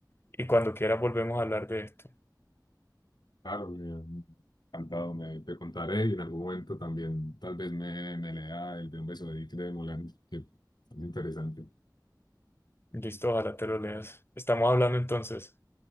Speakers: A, on the left; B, on the left.
A: y cuando quieras volvemos a hablar de esto.
B: Claro, me encantado, me, te contaré y en algún momento también tal vez me, me lea el de Un beso de Dick de Moulin, que es interesante.
A: Listo, ojalá te lo leas. Estamos hablando entonces.